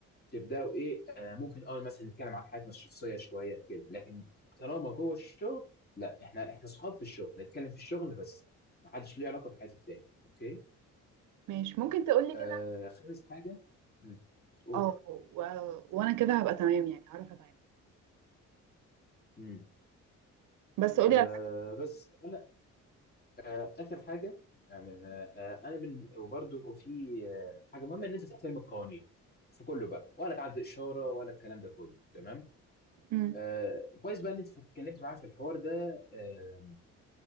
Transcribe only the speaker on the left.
تبداوا ايه آه ممكن اه مثلا نتكلم عن حياتنا الشخصيه شويه كده لكن طالما جوه الشغل لا احنا احنا اصحاب في الشغل نتكلم في الشغل بس محدش ليه علاقه بحياه التاني اوكي
آه
خامس حاجه امم قول
امم
آه
بس انا آه، اخر حاجه يعني آه، آه، انا بال... وبرده في آه، حاجه مهمه ان انت تحترم القوانين في كله بقى ولا تعدي اشاره ولا الكلام ده كله تمام
آه كويس بقى ان انت اتكلمت معايا في الحوار ده آه